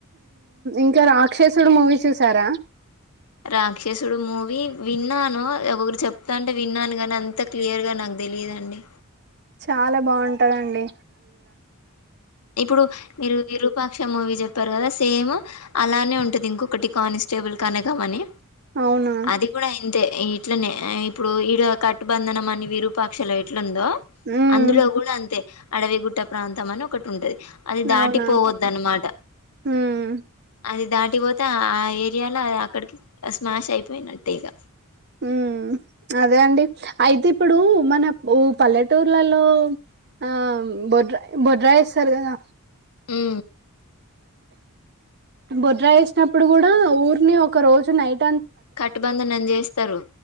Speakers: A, on the right; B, on the left.
A: ఇంకా రాక్షసుడు మూవీ చూసారా
B: రాక్షసుడు మూవీ విన్నాను ఒకొరు చెప్తాంటే విన్నాను కాగానీ అంత క్లియర్ గా నాకు తెలియదండి
A: చాలా బావుంటందండి
B: ఇప్పుడు మీరు వి రూపా క్ష మూవీ చెప్పారు కదా సేమ్ అలానే ఉంటుంది ఇంకొకటి కానిస్టేబుల్ కనక మని
A: అవునా
B: అది కూడా ఇంతే ఇట్లనే ఇప్పుడు ఈడ కట్టుబంధనం అని విరూపాక్షలో ఎట్లుందో
A: మ్మ్
B: అందులో గూడా అంతే అడవి గుట్ట ప్రాంతం అని ఒకటి ఉంటది అది దాటిపోవద్ద
A: అవునా
B: అన్నమాట
A: మ్మ్
B: అది దాటి దాటిపోతే ఆ ఏరియాలో అక్కడికి స్మాష్ అయిపోయినట్టే ఇక
A: ఉ... అదే అండి అయితే ఇప్పుడూ మనం ఊ పల్లెటూర్లలో ఆ బొడ్రాయి బొడ్రాయి వేస్తారు కదా
B: మ్
A: బుడ్రాయి వేసినప్పుడు కూడా ఊరిని ఒక రోజు నైట్
B: కట్టుబంధనం అని చేస్తారు